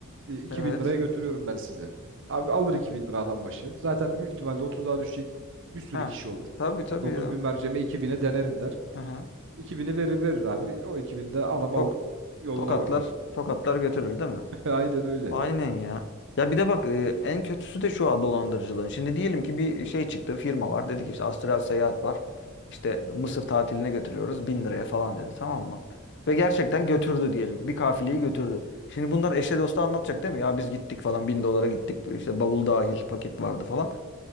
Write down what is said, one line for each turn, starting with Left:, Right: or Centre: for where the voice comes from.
Right: E, iki
Left: Evet.
Right: bin liraya götürüyorum ben sizi. Abi alır 2000 lira adam başı. Zaten büyük ihtimalle 30 daha düşecek bir sürü
Left: Ha.
Right: kişi olur.
Left: Tabii tabii
Right: 9000
Left: ya.
Right: vereceğime iki bin'e denerim der.
Left: Hı hı.
Right: iki bini verir verir abi. O 2000'de adam
Left: Tok,
Right: alır yoluna
Left: tokatlar,
Right: bakar.
Left: tokatlar götürür değil mi?
Right: <laughs> Aynen öyle.
Left: Aynen ya. Ya bir de bak e, en kötüsü de şu ha, dolandırıcılığın. Şimdi diyelim ki bir şey çıktı firma var. Dedi ki işte Astral Seyahat var. İşte Mısır tatiline götürüyoruz. Bin liraya falan dedi tamam mı? Ve gerçekten götürdü diyelim ki. Bir kafileyi götürdü. Şimdi bunlar eşe dosta anlatacak değil mi? Ya biz gittik falan bin dolara gittik. işte bavul dahil paket vardı falan.